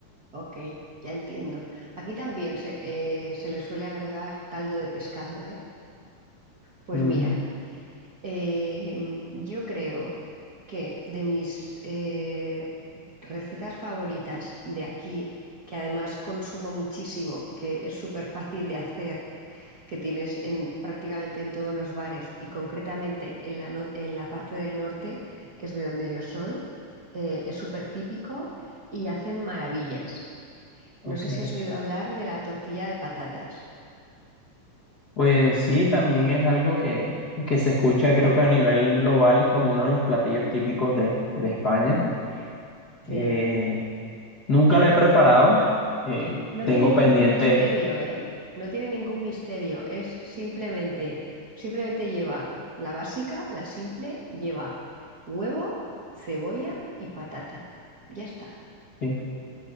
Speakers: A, on the right; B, on the left.
A: Ok, ya entiendo. Aquí también se, eh, se le suele agregar caldo de pescado, ¿eh? Pues
B: Mm,
A: mira, eh, mm, yo creo que de mis eh, recetas favoritas de aquí, que además consumo muchísimo, que es súper fácil de hacer, que tienes en, prácticamente en todos los bares y concretamente en la, no- en la parte del norte, que es de donde yo soy, eh, es súper típico y hacen maravillas. No
B: ok.
A: sé si has oído hablar de la tortilla de patatas.
B: Pues sí, también es algo que, que se escucha creo que a nivel global como uno de los platillos típicos de, de España.
A: Sí.
B: Eh, nunca la he preparado, eh,
A: No
B: tengo
A: tiene
B: pendiente.
A: ningún misterio, ¿eh? No tiene ningún misterio. Es simplemente, simplemente lleva la básica, la simple, lleva huevo, cebolla y patata. Ya está.
B: Sí,